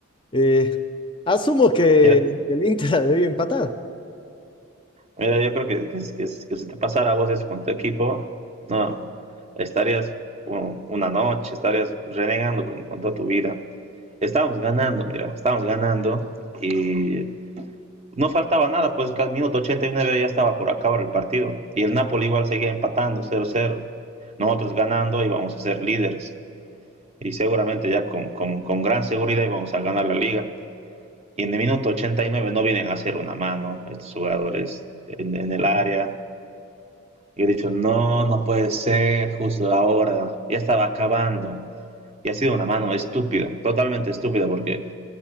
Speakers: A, on the left; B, on the right.
A: eh, asumo que,
B: Mira,
A: que el Inter <laughs> ha empatar.
B: mira yo creo que, que, que, que si te pasara a vos eso con tu equipo, no, estarías un- una noche, estarías renegando con, con toda tu vida. Estábamos ganando, mira, estábamos ganando y no faltaba nada, pues que al minuto 89 ya estaba por acabar el partido. Y el Napoli igual seguía empatando, 0-0. Nosotros ganando íbamos a ser líderes y seguramente ya con, con, con gran seguridad íbamos a ganar la liga. Y en el minuto 89 no vienen a hacer una mano estos jugadores en, en el área. Yo he dicho, no, no puede ser, justo ahora, ya estaba acabando. Y ha sido una mano estúpida, totalmente estúpida, porque